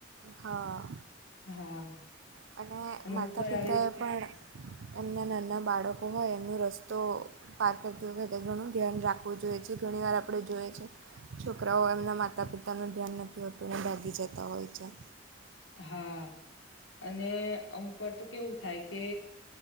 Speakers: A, on the right (about 70°); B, on the left (about 75°).
A: હા.
B: હા
A: અને
B: અને
A: માતા
B: અમુક વાર
A: પિતાએ
B: આવી રીતે
A: પણ એમના નં ના બાળકો હોય એમનો રસ્તો પાર કરતી વખતે ઘણું ધ્યાન રાખવું જોઈએ છે ઘણી વાર આપડે છોકરાઓ એમના માતા પિતાનું ધ્યાન નથી હોતું ને ભાગી જતા હોય છે.
B: હા અને અમુક વાર તો કેવું થાય કે